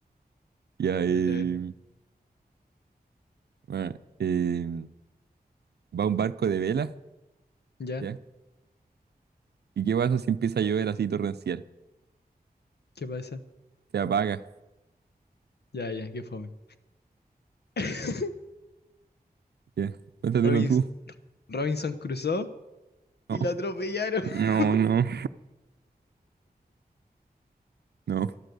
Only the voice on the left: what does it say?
Dale a ver.
¿Ya?
¿Qué pasa?
Ya, ya, qué fome. <laughs>
Robins-
Robinson cruzó
y lo atropellaron. <laughs>